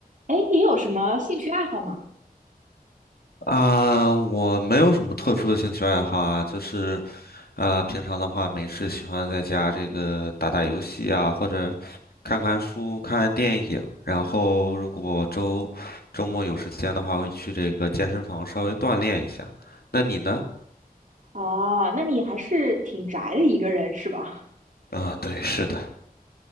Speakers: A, on the right; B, on the left.
A: 哎，你有什么兴趣爱好吗？
B: 啊，我没有什么特殊的兴趣爱好啊，就是啊，平常的话没事喜欢在家这个打打游戏啊，或者看看书、看看电影。然后如果周周末有时间的话，会去这个健身房稍微锻炼一下。那你呢？
A: 哦，那你还是挺宅的一个人是吧？
B: 啊，对，是的。